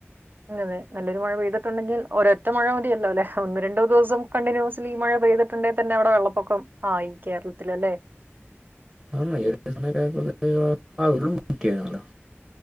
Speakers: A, on the right (about 45°); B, on the right (about 20°).
A: അതെ അതെ നല്ലൊരു മഴ പെയ്തിട്ടുണ്ടെിൽ ഒരൊറ്റ മഴ മതിയല്ലോ ല്ലേ? ഒന്ന് രണ്ടോ ദിവസം കണ്ടിന്യൂസ്ലി മഴ പെയ്തി് ട്ടുണ്ടേ തന്നെ അവിടെ വെള്ളപ്പൊക്കം ആയി കേരളത്തിൽ അല്ലെ?
B: ആന്ന് ഈ സമയൊക്കെ ആയപ്പോക്കും ആഹ് ഉരുളും പൊട്ടിയാരുന്നല്ലോ?